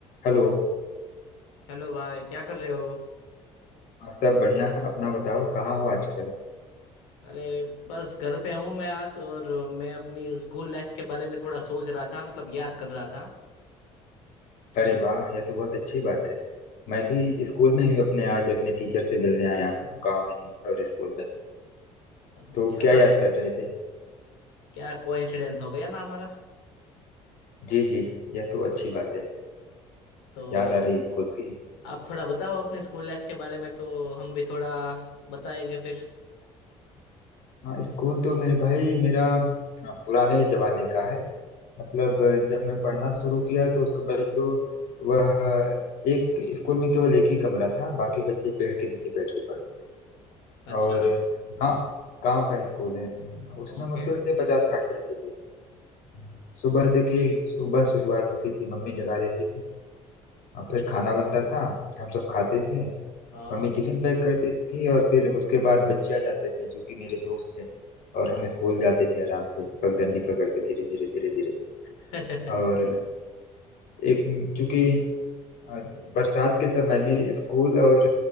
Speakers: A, on the left; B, on the left.
A: Hello
B: Hello भाई क्या कर रहे हो
A: हाँ, सब बढ़िया अपना बताओ कहाँ हो आजकल
B: अरे बस घर पे हूँ मैं आज और मैं अपनी स्कूल लाइफ के बारे में थोड़ा सोच रहा था मतलब याद कर रहा था कि
A: अरे वाह यह तो बहुत अच्छी बात है मैं भी स्कूल में ही हूँ अपने आज अपने टीचर से मिलने आया हूँ गाँव में ही और स्कूल में हूँ
B: क्या
A: तो क्या
B: बात
A: याद कर रहे थे
B: क्या कोइंसिडेंस हो गया ना हमारा
A: जी जी यह तो अच्छी बात है
B: तो
A: याद आ रही स्कूल की
B: आप थोड़ा बताओ अपनी स्कूल लाइफ के बारे में तो हम भी थोड़ा बताएंगे फिर
A: हाँ स्कूल तो मेरे भाई मेरा हाँ, पुराने जमाने का है मतलब जब मैं पढ़ना शुरू किया तो समझ लो वह एक स्कूल में केवल एक ही कमरा था बाकी बच्चे पेड़ के नीचे बैठ के पढ़ते थे
B: अच्छा
A: और गांव गांव का स्कूल है उसमें
B: ओके
A: मुश्किल से पचास साठ बच्चे थे हम्म, सुबह देखिए सुबह शुरुआत होती थी मम्मी जगा देती थी और फिर खाना बनता था हम सब खाते थे
B: हाँ
A: मम्मी टिफिन पैक करती थी और फिर उसके बाद बच्चे आ जाते थे जो कि मेरे दोस्त थे और हम स्कूल जाते थे आराम से पगडंडी पकड़ के धीरे धीरे धीरे धीरे
B: <laughs>
A: और एक चूंकि अ, बरसात के समय में स्कूल और